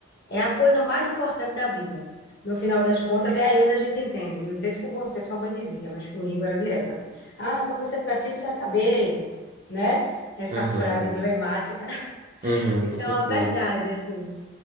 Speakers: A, on the left; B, on the right.
A: É a coisa mais importante da vida. No final das contas, é aí onde a gente entende. Não sei se com você sua mãe dizia, mas comigo era direto assim. Ah, quando você tiver filho, você vai saber, né? Essa
B: Aham,
A: frase emblemática. <laughs>
B: aham,
A: Isso
B: com certeza.
A: é uma verdade, assim.